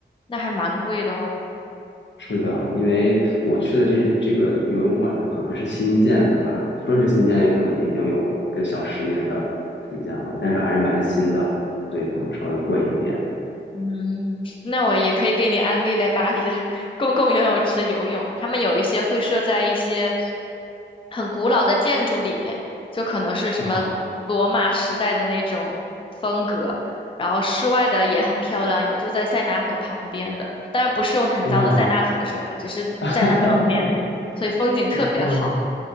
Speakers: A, on the left; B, on the left.
A: 那还蛮贵的哦。
B: 是的，因为我去的这这个游泳馆，它可能是新建的吧，说是新建，也可能已经有个小十年的时间了，但是还是蛮新的，所以可能稍微贵一点。
A: 嗯，那我也可以给你安利来巴黎的 <laughs> 公共游泳池游泳，他们有一些会设在一些很古老的建筑里面，就可能是什么罗马时代的那种风格，
B: 哇
A: 然后室外的也很漂亮，有就在塞纳河旁边的，当然不是用很脏的塞纳河水啦，
B: 哇，
A: 只是在那旁边，
B: <laughs>
A: 所以风景特别好。
B: 哦，